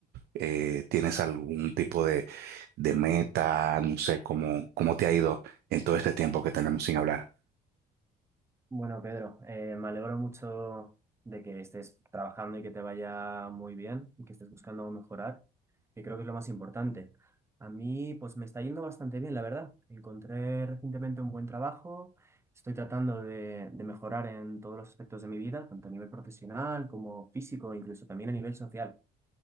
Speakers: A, on the right; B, on the right.
A: eh, ¿tienes algún tipo de, de meta? No sé, ¿cómo, cómo te ha ido en todo este tiempo que tenemos sin hablar?
B: Bueno, Pedro, eh, me alegro mucho de que estés trabajando y que te vaya muy bien y que estés buscando mejorar, que creo que es lo más importante. A mí, pues me está yendo bastante bien, la verdad. Encontré recientemente un buen trabajo, estoy tratando de, de mejorar en todos los aspectos de mi vida, tanto a nivel profesional como físico, incluso también a nivel social.